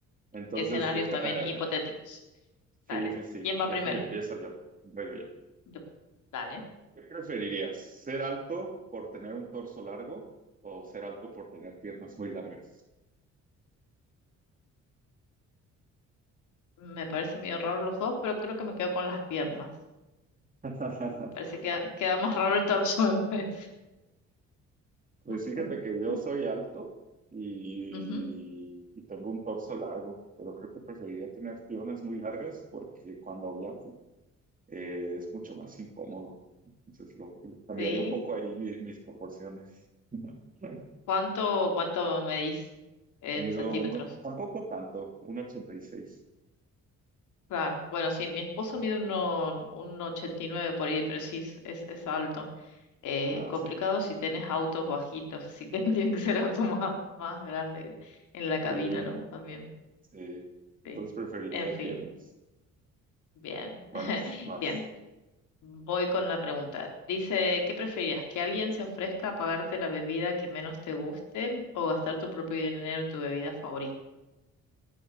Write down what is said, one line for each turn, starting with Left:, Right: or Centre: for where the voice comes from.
Right: Entonces,
Left: Escenarios
Right: deja,
Left: también hipotéticos.
Right: sí,
Left: Dale.
Right: sí, sí,
Left: ¿Quién
Right: deja
Left: va primero?
Right: y empiezo yo. Yo, yo, yo.
Left: Yo. Dale.
Right: ¿Qué preferirías? ¿Ser alto por tener un torso largo o ser alto por tener piernas muy largas?
Left: Me parece medio raro los dos, pero creo que me quedo con las piernas.
Right: <laughs>
Left: Me parece que queda más raro el torso en vez.
Right: Pues
Left: <laughs>
Right: fíjate que yo soy alto y,
Left: Ujú,
Right: y tengo un torso largo, pero creo que preferiría tener piernas muy largas porque cuando viajo eh, es mucho más incómodo. Entonces lo, lo cambiaría
Left: Sí.
Right: un poco ahí mi- mis proporciones. <laughs>
Left: ¿Cuánto, cuánto medís en
Right: Mido
Left: centímetros?
Right: uno, tampoco tanto, 1,86.
Left: Claro. Bueno, sí, mi esposo
Right: Ajá.
Left: mide uno, un 89 por ahí, pero sí es, es es alto. eh,
Right: Ah,
Left: complicado
Right: sí.
Left: si tenés autos bajitos, así que <laughs> tiene que ser auto más, más grande en la cabina,
Right: Sí,
Left: ¿no? También,
Right: sí. Entonces
Left: sí.
Right: preferiría
Left: En fin,
Right: piernas.
Left: bien.
Right: Vale,
Left: <laughs>
Right: vas.
Left: Bien, voy con la pregunta. Dice, ¿qué preferías? ¿Que alguien se ofrezca a pagarte la bebida que menos te guste o gastar tu propio dinero en tu bebida favorita?